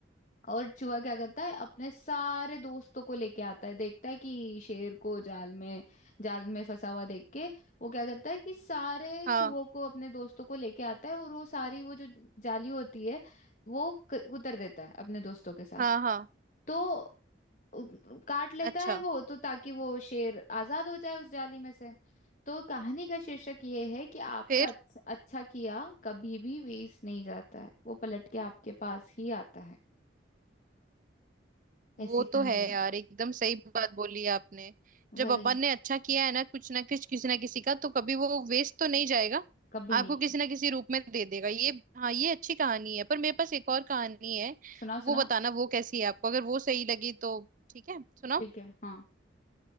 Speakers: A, on the left (about 40°); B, on the right (about 45°).
A: और चूहा क्या करता है अपने सारे दोस्तों को लेके आता है देखता है कि शेर को जाल में जाल में फंसा हुआ देख के वो क्या करता है कि सारे
B: हाँ
A: चूहों को अपने दोस्तों को लेके आता है और वो सारी वो जो जाली होती है वो क- उतर देता है अपने दोस्तों के साथ
B: हाँ हाँ
A: तो उ- काट लेता
B: अच्छा
A: है वो तो ताकि वो शेर आजाद हो जाए उस जाली में से तो कहानी का शीर्षक ये है कि आपका
B: फिर
A: अच्छा, अच्छा किया कभी भी वेस्ट नहीं जाता है वो पलट के आपके पास ही आता है
B: वो
A: ऐसी कहानी
B: तो है
A: है
B: यार एकदम सही बात बोली आपने जब
A: वही
B: अपन ने अच्छा किया है ना कुछ ना कुछ किसी ना किसी का तो कभी वो वेस्ट तो नहीं जाएगा
A: कभी नहीं
B: आपको किसी ना किसी रूप में दे देगा ये हाँ ये अच्छी कहानी है पर मेरे पास एक और कहानी है
A: सुनाओ
B: वो
A: सुनाओ
B: बताना वो कैसी है आपको अगर वो सही लगी तो ठीक है सुनाओ
A: ठीक है हाँ